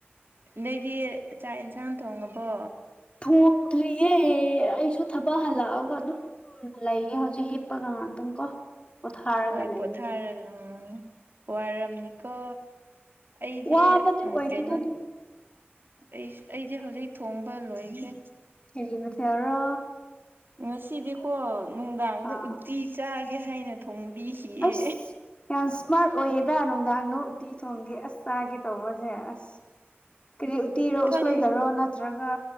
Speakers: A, on the right (about 55°); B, on the left (about 25°).
A: ꯅꯣꯏꯗꯤ ꯆꯥꯛ ꯌꯦꯟꯁꯥꯡ ꯊꯣꯡꯉꯕꯣ
B: ꯊꯣꯡꯗ꯭ꯔꯤꯌꯦ ꯑꯩꯁꯨ ꯊꯕꯛ ꯍꯜꯂꯛꯑꯒ ꯑꯗꯨꯝ ꯎꯝ ꯂꯩꯌꯦ ꯍꯧꯖꯤꯛ ꯍꯤꯞꯄꯒ ꯉꯥꯛꯇꯪ ꯀꯣ ꯄꯣꯊꯥꯔꯒ
A: ꯍꯣꯏ
B: ꯂꯩꯌꯦ
A: ꯄꯣꯊꯥꯔꯒ
B: ꯑꯩꯈꯣꯢꯁꯨ
A: ꯎꯝ ꯋꯥꯔꯝꯅꯤꯀꯣ ꯑꯩꯗꯤ
B: ꯋꯥꯕꯗꯤ ꯑꯣꯏꯗꯦꯗ
A: ꯀꯩꯅꯣ
B: ꯑꯗꯨꯝ
A: ꯑꯩ ꯑꯩꯗꯤ ꯍꯧꯖꯤꯛ ꯊꯣꯡꯕ ꯂꯣꯏꯈ꯭ꯔꯦ
B: ꯀꯔꯤ ꯃꯥꯊꯦꯜꯔꯣ
A: ꯉꯁꯤꯗꯤꯀꯣ ꯅꯨꯡꯗꯥꯡꯗ
B: ꯑꯥ
A: ꯎꯇꯤ ꯆꯥꯒꯦ ꯍꯥꯏꯅ ꯊꯣꯡꯕꯤꯈꯤꯌꯦ
B: ꯑꯁ ꯌꯥꯝ ꯏꯁꯃꯥꯔꯠ ꯑꯣꯏꯌꯦꯗ ꯅꯨꯡꯗꯥꯡꯗꯣ ꯎꯇꯤ ꯊꯣꯡꯒꯦ ꯑꯁ ꯆꯥꯒꯦ ꯇꯧꯕꯁꯦ ꯑꯁ ꯀꯔꯤ ꯎꯇꯤꯔꯣ
A: ꯈꯪ
B: ꯎꯁꯣꯏꯒꯔꯣ ꯅꯠꯇ꯭ꯔꯒ